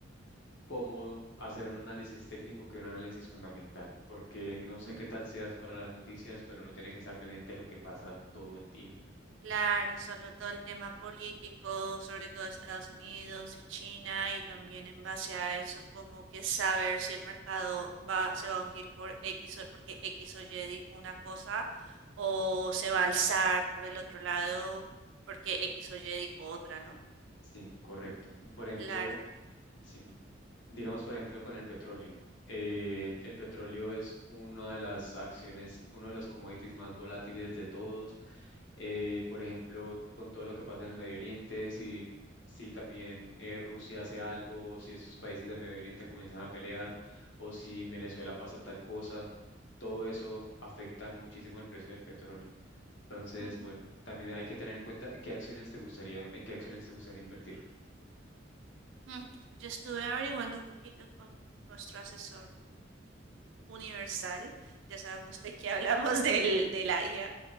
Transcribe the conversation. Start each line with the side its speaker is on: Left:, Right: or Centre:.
Left: cómodo hacer un análisis técnico que un análisis fundamental, porque no sé
Right: ujú.
Left: qué tal seas para las noticias, pero no tiene que estar pendiente de lo que pasa todo el día.
Right: Claro, solo todo el tema político, sobre todo Estados Unidos y China, y también en base a eso, como que saber si el mercado va, se va a hundir por X o porque X o Y dijo una cosa o se va a alzar por el otro lado porque X o Y dijo otra, ¿no?
Left: Sí, correcto. Por ejemplo,
Right: Claro.
Left: sí.
Right: Mm,
Left: Digamos, por ejemplo, con el petróleo. Eh, el petróleo es una de las acciones, uno de los commodities más volátiles de todos. Eh, por ejemplo, con todo lo que pasa en el Medio Oriente, si, si también eh, Rusia hace algo, o si esos países del Medio Oriente comienzan a pelear, o si en Venezuela pasa tal cosa, todo eso afecta muchísimo el precio del petróleo. Entonces,
Right: ujú.
Left: bueno, también hay que tener en cuenta qué acciones te gustaría, en qué acciones te gustaría invertir.
Right: Mm, Yo estuve averiguando un poquito con nuestro asesor universal, ya sabemos de qué hablamos <laughs> del, de la IA,